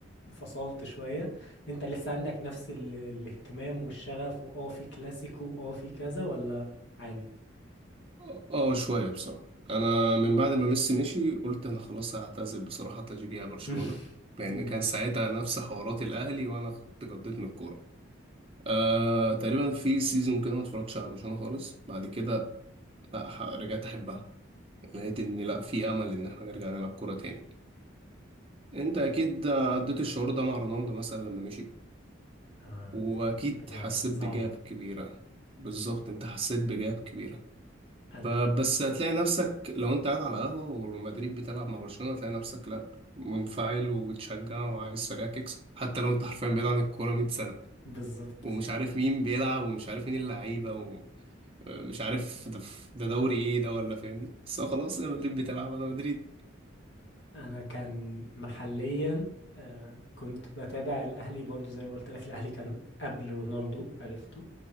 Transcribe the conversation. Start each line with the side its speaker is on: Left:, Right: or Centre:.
Left: فصلت شويه انت لسه عندك نفس ال... الاهتمام والشغف واه في كلاسيكو واه في كذا ولا عادي
Right: اه آه، شويه بصراحه انا من بعد ما ميسي مشي قلت انا خلاص هعتزل بصراحه تشجيع برشلونه
Left: <laughs>
Right: لان كان ساعتها نفس حوارات الاهلي وانا كنت قضيت من الكوره آه تقريبا في سيزون كده ما اتفرجتش على برشلونه خالص بعد كده لا ح- رجعت احبها لقيت ان لا في امل ان احنا نرجع نلعب كوره تاني انت اكيد عديت الشعور ده مع رونالدو مثلا لما مشي
Left: آه
Right: واكيد
Left: كانت حاجة
Right: حسيت
Left: صعبة
Right: بجاب كبيره بالظبط انت حسيت بجاب كبيره
Left: أنا
Right: فبس هتلاقي نفسك لو انت قاعد على قهوة ومدريد بتلعب مع برشلونة هتلاقي نفسك لا منفعل وبتشجع وعايز فريقك يكسب حتى لو انت حرفيا بعيد عن الكورة 100 سنة
Left: بالظبط
Right: ومش عارف مين بيلعب ومش عارف مين اللعيبة ومش عارف ده, ده دوري ايه ده ولا فاهمني بس هو خلاص انا مدريد بتلعب انا مدريد
Left: أنا كان محليا آه كنت بتابع الأهلي برضو زي ما قلت لك الأهلي كان قبل رونالدو عرفته